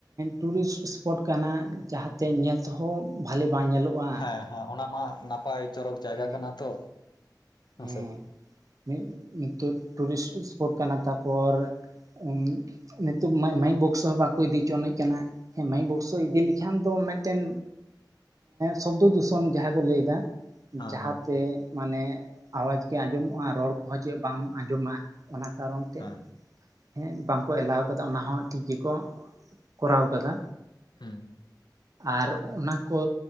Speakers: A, on the right; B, on the left.
A: ᱴᱩᱨᱤᱥᱴ ᱥᱯᱚᱴ ᱠᱟᱱᱟ, ᱡᱟᱦᱟᱸ ᱛᱮ ᱧᱮᱞ ᱛᱮᱦᱚ ᱵᱷᱟᱞᱤ ᱵᱟᱝ ᱧᱮᱞᱚᱜᱼᱟ᱾
B: ᱦᱮᱸ ᱦᱮᱸ ᱚᱱᱟ ᱢᱟ ᱱᱟᱯᱟᱭ ᱪᱚᱨᱚᱠ
A: ᱦᱮᱸ
B: ᱡᱟᱭᱜᱟ ᱠᱟᱱᱟ ᱛᱚ᱾ ᱦᱮᱸᱥᱮ
A: ᱦᱮᱸ ᱢᱤᱫ ᱱᱤᱛᱳᱜ ᱴᱩᱨᱤᱥᱴ ᱥᱯᱚᱴ ᱠᱟᱱᱟ ᱛᱟᱯᱚᱨ ᱩᱱ ᱱᱤᱛᱚᱜ ᱢᱟᱭᱤᱠ ᱵᱚᱠᱥᱚ ᱦᱚᱸ ᱵᱟᱠᱚ ᱤᱫᱤ ᱦᱚᱪᱚ ᱟᱱᱤᱡ ᱠᱟᱱᱟ ᱦᱮᱸ ᱢᱟᱭᱤᱠ ᱵᱚᱠᱥᱚ ᱤᱫᱤ <unintelligible> ᱫᱚ ᱢᱤᱫᱴᱮᱱ ᱥᱚᱵᱽᱫᱚ ᱫᱩᱥᱚᱱ ᱡᱟᱦᱟᱸ ᱠᱚ ᱞᱟᱹᱭ ᱫᱟ᱾
B: ᱦᱮᱸ
A: ᱡᱟᱦᱟᱸ
B: ᱦᱮᱸ
A: ᱛᱮ ᱢᱟᱱᱮ ᱟᱣᱟᱡᱽ ᱜᱮ ᱟᱸᱡᱚᱢᱚᱜᱼᱟ ᱨᱚᱲ ᱠᱚᱦᱚᱸ ᱪᱮᱫ ᱵᱟᱢ ᱟᱸᱡᱚᱢᱟ ᱚᱱᱟ ᱠᱟᱨᱚᱱ ᱛᱮᱼᱼ
B: ᱦᱮᱸ
A: ᱦᱮᱸ ᱵᱟᱝᱠᱚ ᱮᱞᱟᱣ ᱟᱠᱟᱫᱟ ᱚᱱᱟ ᱦᱚᱸ ᱴᱷᱤᱠ ᱜᱮᱠᱚ ᱠᱚᱨᱟᱣ ᱟᱠᱟᱫᱟ᱾
B: ᱦᱩᱸ
A: ᱟᱨ ᱚᱱᱟᱼᱼ ᱠᱚ